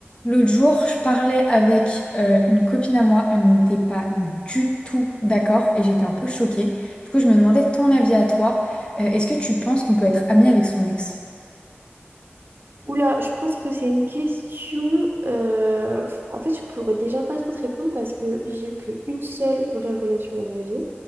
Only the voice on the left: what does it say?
L'autre jour, je parlais avec euh, une copine à moi et on n'était pas du tout d'accord et j'étais un peu choquée. Du coup, je me demandais ton avis à toi. Euh, est-ce que tu penses qu'on peut être ami avec son ex?